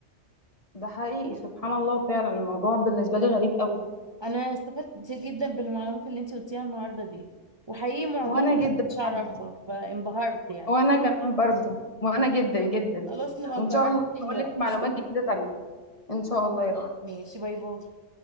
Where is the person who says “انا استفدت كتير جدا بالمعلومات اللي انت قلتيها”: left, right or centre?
Right